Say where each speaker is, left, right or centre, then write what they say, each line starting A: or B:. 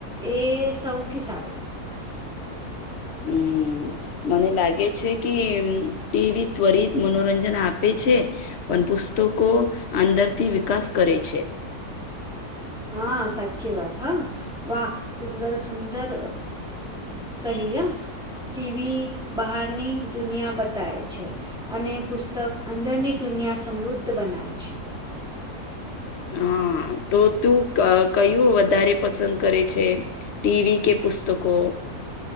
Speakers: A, in the centre; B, on the left.
A: એ સૌથી સારું.
B: હમ, મને લાગે છે કે ટીવી ત્વરિત મનોરંજન આપે છે. પણ પુસ્તકો અંદરથી વિકાસ કરે છે.
A: હા, સાચી વાત. હા, વાહ! સુંદર, સુંદર. કહીય ટીવી બહારની દુનિયા બતાય છે. અને પુસ્તક અંદરની દુનિયા સમૃદ્ધ બનાવે છે.
B: હા. તો તું કયું વધારે પસંદ કરે છે, ટીવી કે પુસ્તકો?